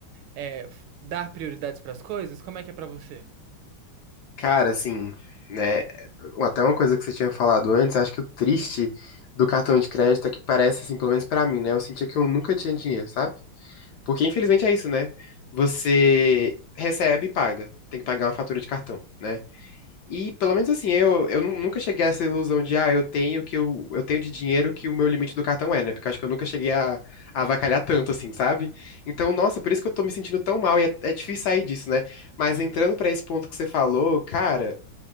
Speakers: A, on the right (about 80°); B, on the left (about 70°).
A: é, dar prioridades pras coisas. Como é que é pra você?
B: Cara, assim, né? Até uma coisa que você tinha falado antes, acho que o triste do cartão de crédito é que parece, assim, pelo menos pra mim, né? Eu sentia que eu nunca tinha dinheiro, sabe? Porque infelizmente é isso, né? Você recebe e paga. Tem que pagar uma fatura de cartão, né? E pelo menos assim, eu, eu nu- nunca cheguei a essa ilusão de, ah, eu tenho que eu, eu tenho de dinheiro que o meu limite do cartão é, né? Porque eu acho que eu nunca cheguei a, a avacalhar tanto, assim, sabe? Então, nossa, por isso que eu tô me sentindo tão mal e é, é difícil sair disso, né? Mas entrando pra esse ponto que você falou, cara,